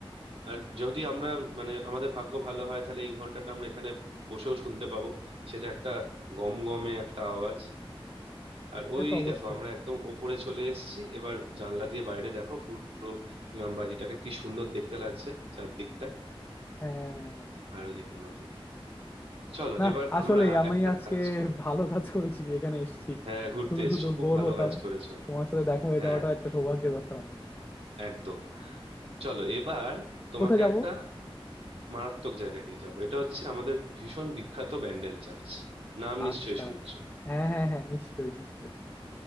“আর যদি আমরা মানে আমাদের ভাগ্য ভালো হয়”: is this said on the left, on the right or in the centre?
Right